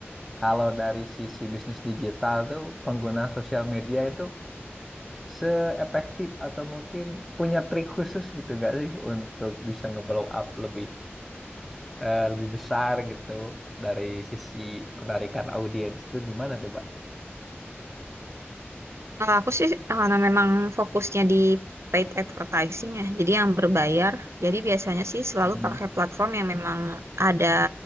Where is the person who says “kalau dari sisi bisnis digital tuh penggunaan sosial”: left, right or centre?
Centre